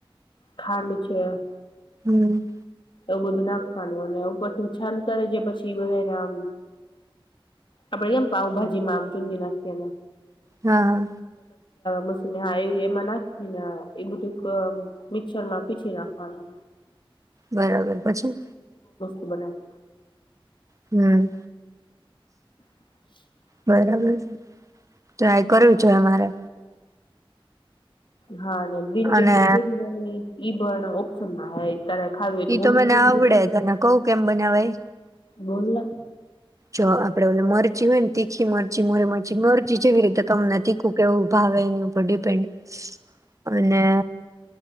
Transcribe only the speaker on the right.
હમ.
હા.
બરાબર પછી.
હમ.
બરાબર ટ્રાય કરવી જોએ મારે.
અને
ઈ તો મને આવડે
તને કઉ કેમ બનાવાય
જો આપડે ઓલે મરચી હોય ને તીખી મરચી મોરે મરચ મરજીી જે વિી રીતે તમને તથી તિતસ કે એવું ભાવે એની ઉપર ડિપેન્ડ. અને